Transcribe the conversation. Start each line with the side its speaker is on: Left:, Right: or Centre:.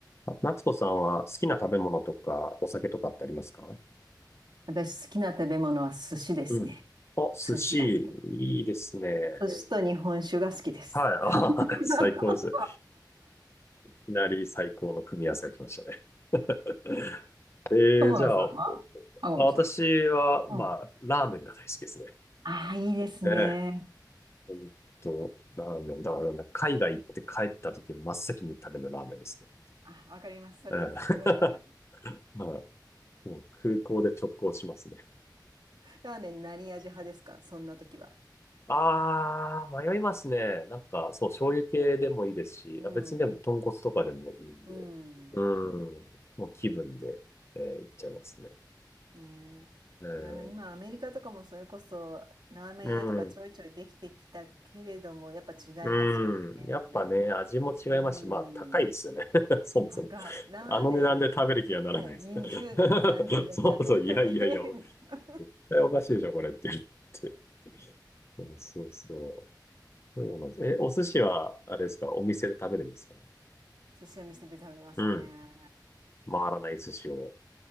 Left: あ夏子さんは好きな食べ物とかお酒とかってありますか
Right: 私好きな食べ物は寿司ですね。
Left: うん。お、寿司、
Right: 寿司が好き。
Left: いいですね。
Right: 寿司と日本酒が好きです。
Left: はい、
Right: <laughs>
Left: あー、<laughs> 最高です。いきなり最高の組み合わせが来ましたね。<laughs> えー、
Right: 友野さんはあ、
Left: じゃあ、お
Right: ごめんなさい。
Left: 私は、まあ、
Right: うん
Left: ラーメンが大好きですね。
Right: ああいいですね。
Left: ええ、ほんと、ラーメン。だから、海外行って帰った時、真っ先に食べるのラーメンですね。
Right: あ、わかります。それすごいわかります。
Left: ええ <laughs> はいもう空港で直行しますね。
Right: ラーメン何味派ですかそんな時は。
Left: ああ、迷いますね。なんか、そう、醤油系でもいいですし、
Right: うん。
Left: あ、別にでも豚骨とかでもいいんで。
Right: うん。
Left: うん。もう気分で、えー、いっちゃいますね。
Right: ね
Left: えー、
Right: え。いやー、今アメリカとかもそれこそラーメン屋とかちょいちょいできてきたけれども、
Left: うん。
Right: やっぱ違いますよね。
Left: うん。やっぱね、味も違いますし、
Right: うん。
Left: まあ、高いですよね。<laughs> そもそも。
Right: 高い。ラーメン
Left: あの値段で食べる気がならないです。
Right: ね、20ドル、
Left: <laughs>
Right: 30ドルとかって言われると、
Left: そうそう、いやいやいや、
Right: ええーみたいな。
Left: 絶対おかしいでしょ、これって言って。うんそうそう。そうなんです。え、お寿司は、あれですか、お店で食べるんですかね
Right: 寿司は店で食べますね。
Left: うん。回らない寿司を。